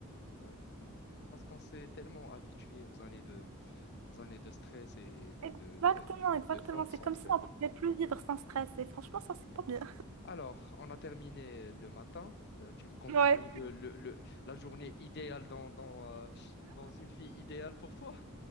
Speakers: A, on the left (about 50°); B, on the right (about 70°).
A: Ouais, ouais. Parce qu'on s'est tellement habitué aux années de, aux années de stress et
B: <laughs>
A: de,
B: Exactement,
A: de, de, de,
B: exactement.
A: de force,
B: C'est comme
A: en fait.
B: si on pouvait plus vivre sans stress. Et franchement, ça, c'est pas bien.
A: Alors, on a terminé le matin. Euh, tu me continues
B: Ouais.
A: le, le, le- la journée idéale dans, dans, euh, dans une vie idéale pour toi?